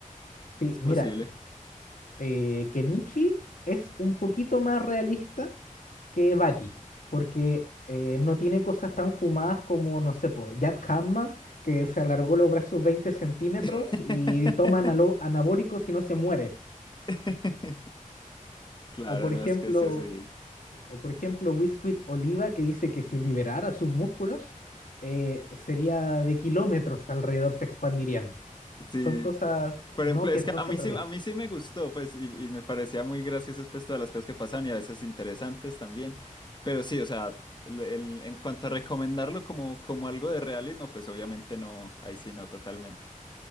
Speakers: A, on the left (about 75°); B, on the left (about 35°).
A: Sí,
B: es posible.
A: mira, eh, Kenichi es un poquito más realista que Baki, porque eh, no tiene cosas tan fumadas como, no sé, po, Yad Hamma, que se alargó los brazos 20 centímetros
B: <laughs>
A: y toma analo- anabólicos y no se muere.
B: <laughs> Claro,
A: O por
B: no
A: ejemplo,
B: es que sí, sí.
A: o por ejemplo, Biscuit Oliva, que dice que si liberara sus músculos, eh, sería de kilómetros alrededor, se expandirían.
B: Sí,
A: Son cosas
B: Por
A: no
B: ejemplo,
A: que
B: es
A: no
B: que a
A: son
B: mí sí,
A: realistas.
B: a mí sí me gustó, pues, y, y me parecía muy graciosas, pues, todas las cosas que pasaban y a veces interesantes también. Pero sí, o sea, el- el- en cuanto a recomendarlo como, como algo de realismo, pues, obviamente no, ahí sí no, totalmente.